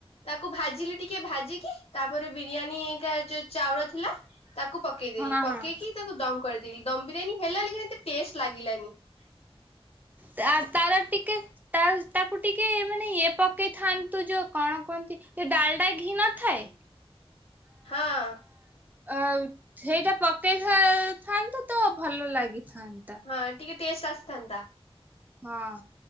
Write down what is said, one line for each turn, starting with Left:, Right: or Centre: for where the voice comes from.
Left: ତାକୁ ଭାଜିଲି ଟିକେ ଭାଜିକି ତା ତାପରେ ବିରିୟାନୀ କା ଯୋଉ ଚାଉଳ ଥିଲା ତାକୁ ପକେଇଦେଲି
Right: ହଁ
Left: ପକେଇକି
Right: ହଁ
Left: ତାକୁ ଦମ କରିଦେଲି ଦମ ବିରିୟାନୀ ହେଲା ଲା ଏତେ ଟେଷ୍ଟ ଲାଗିଲାନି। <inaudible>
Right: ତା ତାର ଟିକେ ତା ତାକୁ ଟିକେ ମାନେ ଇଏ ପକେଇଥାନ୍ତୁ ଯୋଉ କଣ କୁହନ୍ତି ଯଉ ଡାଲଟା ଘି ନ ଥାଏ
Left: ହଁ।
Right: ଆ ସେଇଟା ପକେଇଥାଆନ୍ତୁ ତ ଭଲ ଲାଗିଥାନ୍ତା।
Left: ହଁ ଟିକେ ଟେଷ୍ଟ ଆସିଥାନ୍ତା।
Right: ହଁ।